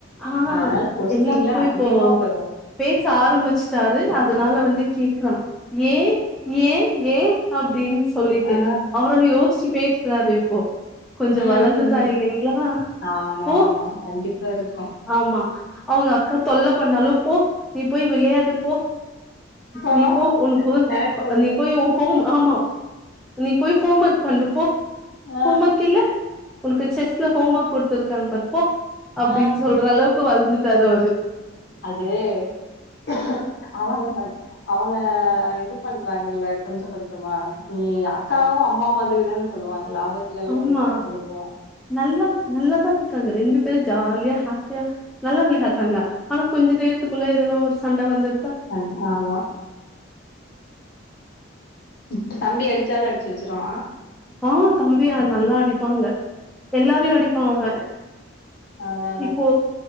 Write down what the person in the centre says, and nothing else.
ஆ
எல்லாத்துக்கு
இப்போ
பேச ஆரம்பிச்சிட்டாரு அதுனால வந்து கேக்குறா ஏ ஏ ஏ அப்டின்னு சொல்லிட்டு
அவர யோசிச்சு பேசுறாரு இப்போ கொஞ்சோ
வளர்ந்துட்டா
இல்லைங்களா
போ
ஆமா அவுங்க அக்கா தொல்ல பண்ணாலு போ நீ போயி விளையாடு போ
நீ போ உனக்கு
நீ போயி உ ஹோம் ஆமா நீ போயி ஹோம் ஒர்க் பண்ணு போ
ஹோம் ஒர்க் இல்ல உனக்கு செஸ்ல ஹோம் ஒர்க் குடுத்துருக்காங்க பாரு போ அப்டின்னு
சொல்ற அளவுக்கு வளந்துட்டாரு அவரு
ஆமா
நல்லா நல்லாதா இருக்காங்க ரெண்டு பேரு ஜாலியா ஹாப்பியா நல்லா விளையாடுறாங்க ஆனா கொஞ்ச நேரத்துக்குள்ள எதனா ஒரு சண்ட வந்து
ஆ தம்பியா நல்லா அடிப்பாங்க எல்லாரையு அடிப்பா அவே
இப்போ